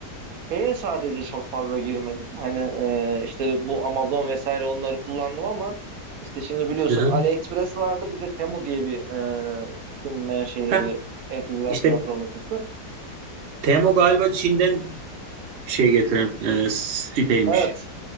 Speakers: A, on the right; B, on the right.
A: Şeye sadece çok fazla girmedim. Hani e, işte bu Amazon vesaire onları kullandım ama işte şimdi biliyorsun
B: Hı hı.
A: AliExpress vardı bir de Temu diye bir e, Çin menşeli
B: Heh,
A: bir e-ticaret
B: işte
A: platformu çıktı.
B: Temu galiba Çin'den şey getiren e, siteymiş.
A: Evet.